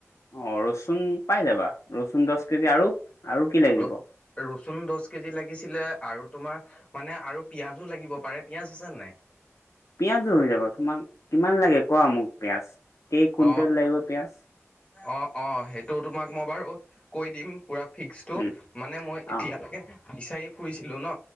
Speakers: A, on the left (about 75°); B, on the left (about 20°).
A: অ', ৰচুন পাই যাবা, ৰচুন দহ কেজি আৰু, আৰু কি লাগিব।
B: ৰ ৰচুন দহ কেজি লাগিছিলে, আৰু তোমাৰ, মানে আৰু পিয়াজোও লাগিব পাৰে, পিয়াজ আছে নাই?
A: পিয়ঁজোও হয় যাব, তোমাক, কিমান লাগে, কোৱা মোক পিয়াজ। কেই কুইণ্টেল
B: অ',
A: লাগিব পিয়াজ
B: অ', অ', হেতু তোমাক মই বাৰু, কৈ দিম পুৰা। ফিক্সটো,
A: উম
B: মানে মই, এতিয়ালৈকে
A: অ
B: বিচাৰি ফুৰিছিলোঁ ন‌।